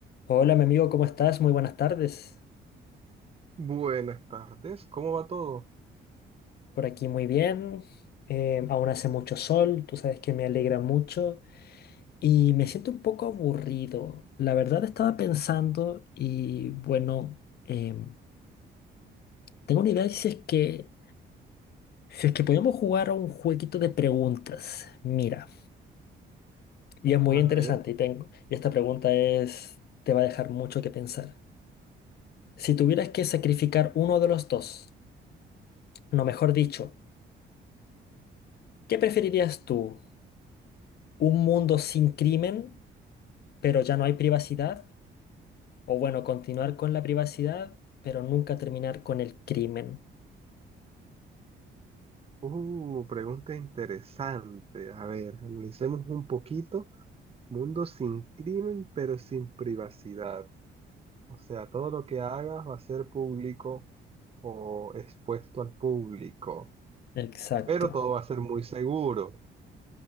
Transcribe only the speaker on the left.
Hola, mi amigo, ¿cómo estás? Muy buenas tardes.
Por aquí muy bien. Eh, aún hace mucho sol, tú sabes que me alegra mucho y me siento un poco aburrido. La verdad estaba pensando y bueno, em, tengo una idea de si es que, si es que podemos jugar a un jueguito de preguntas. Mira, y es muy
interesante
y tengo, y esta pregunta es, te va a dejar mucho que pensar. Si tuvieras que sacrificar uno de los dos, no, mejor dicho, ¿qué preferirías tú? un mundo sin crimen, pero ya no hay privacidad, o bueno, continuar con la privacidad, pero nunca terminar con el crimen.
Exacto,